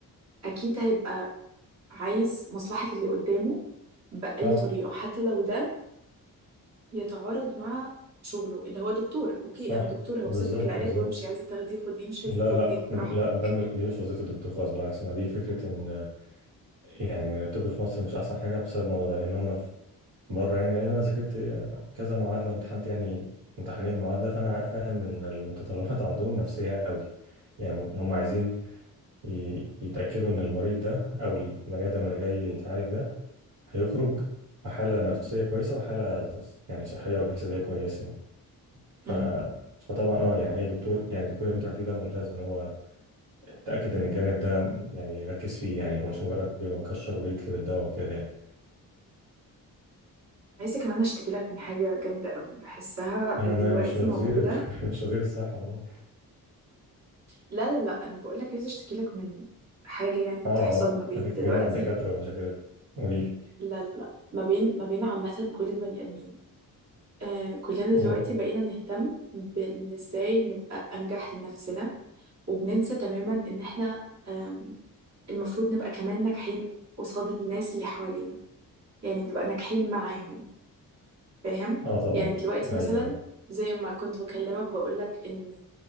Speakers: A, on the right (about 45°); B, on the right (about 65°).
A: اكيد هيبقى عايز مصلحة اللي قدامه بأي
B: صح
A: طريقة حتى لو ده يتعارض مع شغله اللي هو دكتور اوكي
B: صح
A: انا دكتور هوصف
B: بالظبط
A: لك العلاج
B: بالظبط
A: وامشي عايزة تاخديه خديه مش
B: لا
A: عايزة تاخديه
B: لا لا
A: براحتك
B: ده مش دي مش وظيفة الدكتور خالص بالعكس ما دي فكرة ان يعني الطب في مصر مش احسن حاجة بسبب الموضوع ده لان هم في بره يعني لان انا ذاكرت كذا معادلة وامتحنت يعني امتحانين المعادلة فانا فاهم ان المتطلبات عندهم نفسية قوي يعني هم عايزين ي- يتأكدوا ان المريض ده او البني ادم اللي جاي يتعالج ده هيخرج بحالة نفسية كويسة وحالة يعني صحية وجسدية كويسة يعني ف...
A: مم.
B: فطبعا اه يعني اي دكتور يعني دكتور انت رحتيه ده ممتاز ان هو اتاكد ان الجانب ده يعني ركز فيه يعني هو مش مجرد بيبقى مكشر وبيكتب الدواء وكده يعني
A: عايزة كمان اشتكي لك من حاجة جامدة قوي بحسها
B: انا
A: دلوقتي
B: ما- مش وزير
A: موجودة
B: ال- <laughs> مش وزير الصحه والله
A: لا لا لا انا بقول لك عايزه اشتكي لك من حاجه يعني بتحصل
B: اه اه
A: ما بين
B: فاكك
A: دلوقتي
B: جميع الدكاتره ومشاكلهم قولي لي
A: لا لا لا ما بين ما بين عامه كل البني ادمين آه كلنا دلوقتي
B: مم.
A: بقينا نهتم بان ازاي نبقى انجح لنفسنا وبننسى تماما ان احنا آم، المفروض نبقى كمان ناجحين قصاد الناس اللي حوالينا يعني نبقى ناجحين معاهم فاهم
B: اه طبعا
A: يعني دلوقتي
B: ايوه
A: مثلا
B: ايوه
A: زي ما كنت بكلمك بقول لك ان